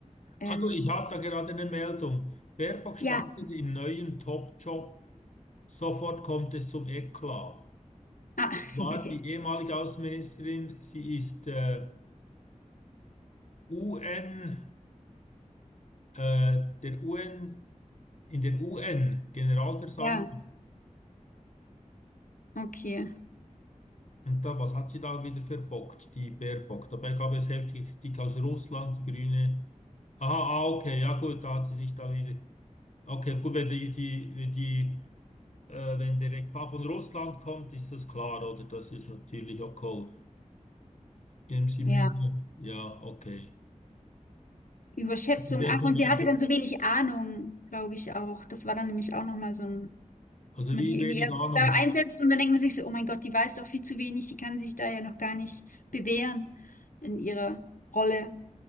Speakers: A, on the left (about 85°); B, on the left (about 60°).
A: Ähm,
B: Also ich habe da gerade eine Meldung. Baerbock startet
A: ja.
B: in neuen Top-Job. Sofort kommt es zum Eklat.
A: Ah.
B: War
A: <laughs>
B: die ehemalige Außenministerin, sie ist äh, UN, äh, der UN, in der UN-Generalversammlung.
A: Ja, okay.
B: Und da, was hat sie da wieder verbockt, die Baerbock? Dabei gab es heftig Kritik aus Russland, die Grüne. Aha, ah, okay, ja gut, da hat sie sich da wieder. Okay, gut, wenn die, die, wenn die, äh, wenn der Eklat von Russland kommt, ist das klar, oder? Das ist natürlich okay. Geben Sie Mühe.
A: Ja.
B: Ja, okay.
A: Überschätzung.
B: Sehr
A: Ach,
B: viel
A: und
B: Leute.
A: sie hatte dann so wenig Ahnung, glaube ich auch. Das war dann nämlich auch nochmal so ein
B: Also
A: Dass man
B: wie
A: die
B: wenig
A: irgendwie eher
B: Ahnung.
A: so da einsetzt und dann denkt man sich so, oh mein Gott, die weiß doch viel zu wenig, die kann sich da ja noch gar nicht bewähren in ihrer Rolle.